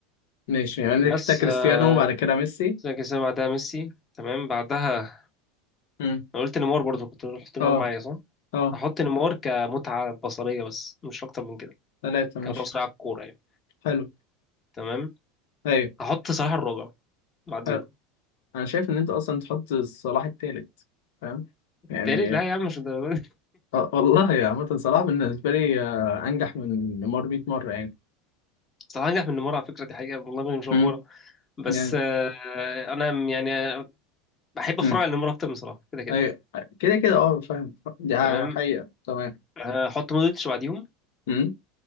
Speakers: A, on the left; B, on the left.
A: ماشي يعني
B: بس
A: كده كريستيانو
B: آه،
A: وبعد كده ميسي
B: زي كريستيانو بعدها ميسي تمام بعدها
A: مم.
B: انا قلت نيمار برضو كنت قلت نيمار
A: اه
B: معايا صح
A: اه
B: هحط نيمار كمتعه بصريه بس مش اكتر من كده
A: ثلاثه ماشي
B: كان ده بصراحة الكورة يعني
A: حلو
B: تمام
A: ايوه
B: هحط صلاح الرابع بعديهم
A: حلو. انا شايف ان انت اصلا تحط صلاح التالت فاهم يعني
B: تالت لا يا عم مش الدرجة دي
A: آه، والله عامة صلاح بالنسبة لي آه، انجح من نيمار 100 مرة يعني
B: <laughs> صلاح انجح من نيمار على فكرة دي حقيقة والله ما مش أفورة
A: امم
B: بس
A: يعني
B: آه، أنا م- يعني آه، بحب أتفرج
A: امم
B: على نيمار أكتر من صلاح كده كده
A: ايوه كده كده اه فاهم دي
B: تمام
A: حقيقة تمام
B: آه، هحط مودريتش بعديهم
A: امم